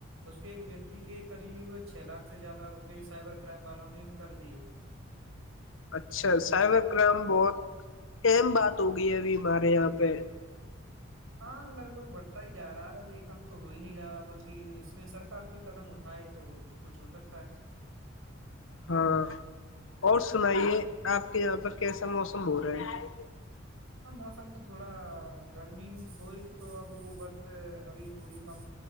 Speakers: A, on the right; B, on the left.
A: اس کے ایک ویکتی کے قریب چھ لاکھ زیادہ روپئے سائبر کرائم والوں نے کر دیے
B: اچھا سائبر کرائم بہت اہم بات ہوگی ابھی ہمارے یہاں پہ
A: ہاں لگ بھگ بڑھتا ہی جا رہا ہے ایک کم تو ہو ہی نہیں رہا بلکہ اس میں سرکار کوئی قدم اٹھائے تو کچھ ہو سکتا ہے
B: ہاں اور سنائیے آپ کے یہاں پر کیسا موسم ہو رہا ہے
A: ہاں موسم تو تھوڑا گرمی ہوئی تو اب وہ برس ابھی تھوڑی کم